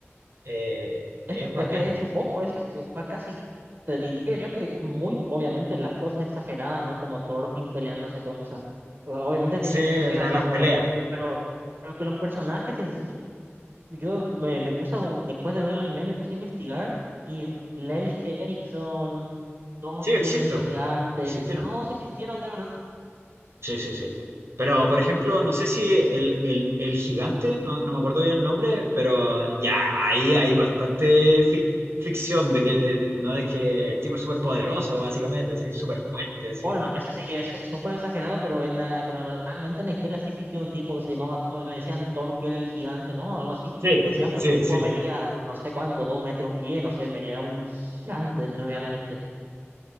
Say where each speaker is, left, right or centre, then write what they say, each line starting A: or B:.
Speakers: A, on the right; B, on the right.
A: Eh, es
B: Es,
A: bacán.
B: es que de hecho poco es ficción, pa- casi te diría yo que muy, obviamente, las cosas exageradas, ¿no? Como Thorfinn peleándose con, o sea, o sea, obviamente
A: Sí,
B: tiene mucha exageración,
A: o sea, las peleas.
B: pero, pero, pero que los personajes en sí Yo me, me puse, a bu- después de ver el anime, me puse a investigar y Leif Erikson, Torkel
A: Sí, existo.
B: el gigante,
A: Existieron.
B: todos existieron de verdad.
A: Sí, sí, sí. Pero, por ejemplo, no sé si el, el, el gigante, no, no me acuerdo bien el nombre, pero ya, ahí hay bastante fic- ficción de que no es que el tipo es súper poderoso, básicamente, así, súper fuerte, así.
B: Bueno, es- sí, es es súper exagerado, pero, en la- pero realmente en la historia sí existió un tipo que se llamaba, Tor- le decían Torkel el gigante, ¿no? Algo así.
A: Sí,
B: Le decían
A: sí,
B: porque el tipo
A: sí,
B: medía no sé cuánto, dos metros diez, no sé, medía era un gigante realmente.